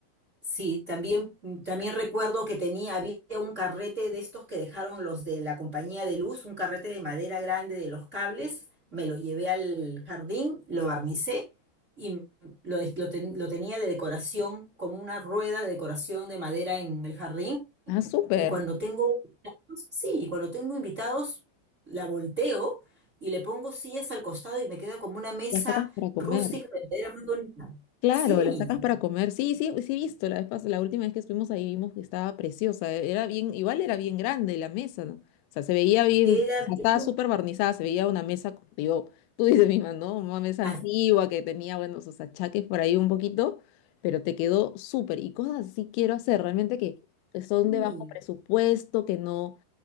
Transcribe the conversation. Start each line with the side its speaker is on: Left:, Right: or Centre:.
Right: Sí, también, también recuerdo que tenía, había un carrete de estos que dejaron los de la compañía de luz, un carrete de madera grande de los cables, me lo llevé al jardín, lo barnicé y lo, des- lo ten- lo tenía de decoración, como una rueda de decoración de madera en el jardín
Left: Ah, súper.
Right: Y cuando tengo invitados, sí, y cuando tengo invitados, la volteo y le pongo sillas al costado y me queda como una mesa
Left: La sacas para comer.
Right: rústica de madera muy bonita.
Left: Claro,
Right: Sí,
Left: la sacas para comer. Sí, sí, sí he visto. La vez pas- la última vez que estuvimos ahí vimos que estaba preciosa. e-, Era bien, igual era bien grande la mesa, ¿no? O sea, se veía bien,
Right: queda
Left: o sea,
Right: bien.
Left: estaba súper barnizada, se veía una mesa, como te digo, <laughs> tú dices misma, ¿no? Una mesa
Right: Así,
Left: antigua que tenía, bueno, sus achaques por ahí un poquito, pero te quedó súper. Y cosas así quiero hacer, realmente que que son
Right: sí.
Left: de bajo presupuesto, que no,